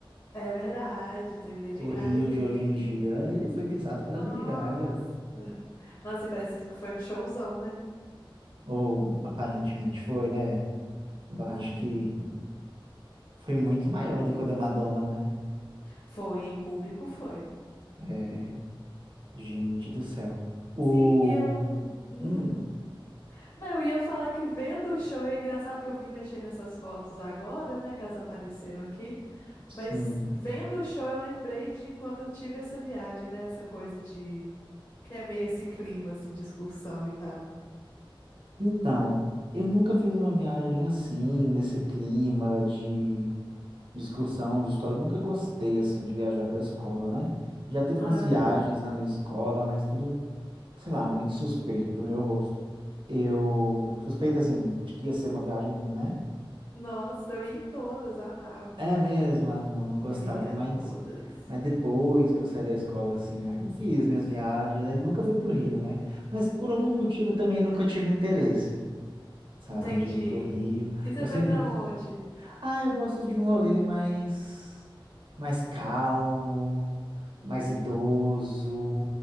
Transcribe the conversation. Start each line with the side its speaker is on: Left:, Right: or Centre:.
Left: É verdade, teve Lady
Right: O
Left: Gaga
Right: Rio
Left: no
Right: de
Left: Rio.
Right: hoje em dia, ele foi pisado pela
Left: Nossa.
Right: Lady Gaga.
Left: Nossa, e parece que foi um showzão, né?
Right: Ou aparentemente foi, né? Eu acho
Left: Uhum.
Right: que foi muito maior do que o da Madonna, né?
Left: Foi, em público foi.
Right: É, gente do céu. O.
Left: Sim, e eu. hum,
Right: Hum,
Left: Não, Eu ia falar que vendo o show, é engraçado que eu vim mexer nessas fotos agora, né, que elas apareceram aqui,
Right: sim.
Left: mas vendo o show eu lembrei de quando eu tive essa viagem, né, essa coisa de, que é meio esse clima, assim, de excursão e tal.
Right: Então, eu nunca fiz uma viagem assim, nesse clima de de excursão de escola. Eu nunca gostei, assim, de viajar com a escola, né? Já teve
Left: Ah,
Right: umas viagens
Left: tá.
Right: na minha escola, mas tudo, sei lá, muito suspeito pro meu gosto. Eu suspeito, assim, de que ia ser uma viagem ruim, né?
Left: Nossa, eu ia em todas, amava.
Right: É mesmo, ah, não, não gostava,
Left: Eu ia
Right: mas,
Left: a todas.
Right: mas depois que eu saí da escola, assim, aí eu fiz minhas viagens, aí nunca fui pro Rio, né? Mas por
Left: Hum,
Right: algum motivo eu também nunca tive interesse, sabe,
Left: entendi.
Right: de ir pro Rio.
Left: E você
Right: Eu
Left: foi
Right: sempre
Left: pra onde?
Right: Ah, eu gosto de um rolê mais, mais calmo, mais idoso,